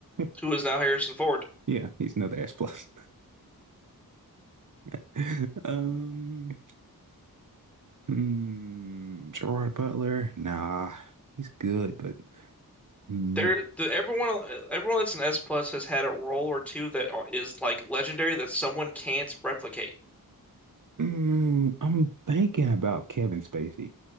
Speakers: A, on the right (about 55°); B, in the centre.
A: <laughs>
B: who is now Harrison Ford.
A: Yeah, he's another S plus. <laughs> Um, hmm, Gerard Butler. Nah, he's good, but mm,
B: There, the, everyone, everyone that's an S plus has had a role or two that are, is like legendary that someone can't replicate.
A: mm, I'm thinking about Kevin Spacey.